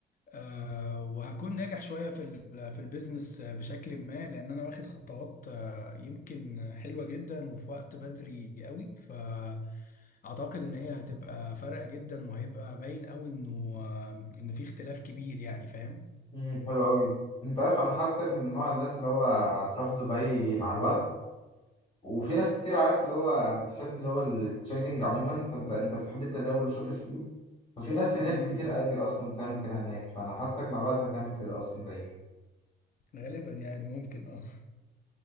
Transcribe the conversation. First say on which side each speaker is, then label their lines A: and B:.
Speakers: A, on the left; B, on the left.
A: آه، وهكون ناجح شوية في ال- في البيزنس آه، بشكل ما لأن أنا واخد خطوات آه، يمكن حلوة جدا وفي وقت بدري قوي فأعتقد إن هي هتبقى فارقة جدا وهيبقى باين قوي إنه آه، إن في اختلاف كبير يعني فاهم؟
B: امم حلو قوي انت عارف انا حاسك من نوع الناس اللي هو هتروح دبي مع الوقت وفي ناس كتير عارف اللي هو بتحب اللي هو التريدنج عموما فانت انت بتحب التداول وشاطر فيه ففي ناس هناك
A: امم
B: كتير قوي اصلا بتعمل كده هناك فانا حاسك مع الوقت هتعمل كده اصلا زيي
A: غالبا يعني ممكن اه